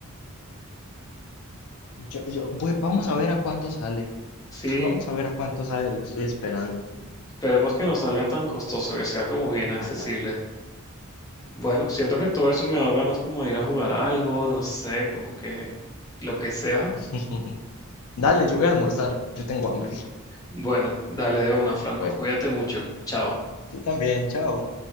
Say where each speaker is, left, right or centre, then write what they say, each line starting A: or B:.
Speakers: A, on the left; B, on the left.
A: yo, yo, voy- vamos a ver a cuánto sale.
B: Sí,
A: <laughs> Vamos a ver a cuánto sale, lo estoy esperando.
B: Esperemos que no salga tan costoso, que sea como bien
A: Ojalá.
B: accesible. Bueno, siento que todo eso me da ganas como de ir a jugar a algo, no sé, como que lo que sea.
A: <laughs> Dale, yo voy a almorzar. Yo tengo hambre.
B: Bueno, dale de una, Franco.
A: Bueno,
B: Cuídate mucho. Chao.
A: tú también, chao.